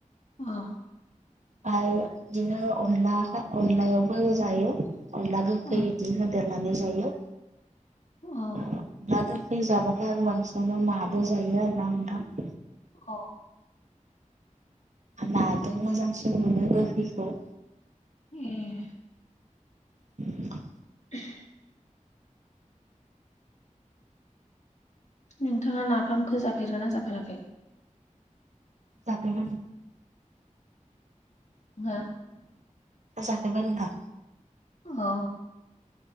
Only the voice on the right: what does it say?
ओमफ्राय बिदिनो अनला अनलायावबो जायो अनला गोखै
इदि होदेरनानै जायो
अनला गोखै जाबाथाय आरो बांसिनानो नाबो जायो आरोना नोंथां
नाजों
मोजांसिन मोनो गोखैखौ
<inaudible>
जाफेरदों
जाफेरबाय नोंथां